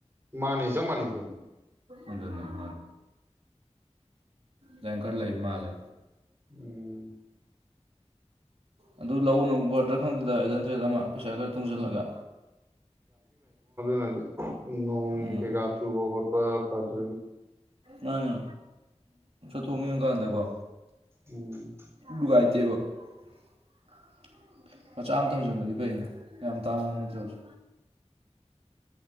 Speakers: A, on the right; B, on the right.
A: ꯃꯥꯅꯤ ꯆ ꯃꯥꯅꯤꯒꯦ
B: ꯑꯗꯨꯅꯤꯅꯤ ꯂꯥꯏ ꯈꯔ ꯂꯩ ꯃꯥꯜꯂꯦ
A: ꯎꯝ
B: ꯑꯗꯨ ꯂꯧꯅ ꯐꯔꯗꯔ ꯈꯪꯗꯦꯗ ꯑꯩꯠ ꯍꯟꯗ꯭ꯔꯦꯠ ꯑꯃ ꯄꯩꯁꯥ ꯈꯔ ꯇꯨꯡꯁꯤꯜꯂꯒ
A: ꯅꯗꯤ ꯅꯣꯡ
B: ꯎꯝ
A: ꯀ ꯀꯥꯁꯨꯕꯠꯄ ꯐꯨꯔ ꯀꯗ
B: ꯅꯅꯤ ꯊꯅꯤꯒꯗ ꯀꯣ
A: ꯎꯝ
B: ꯒꯇꯕꯆꯥ ꯊꯝꯖꯟꯕꯗꯤ ꯐꯩꯩꯅ ꯌꯥꯝ ꯇꯥꯡꯕ ꯅꯠꯇ꯭ꯔꯕꯁꯨ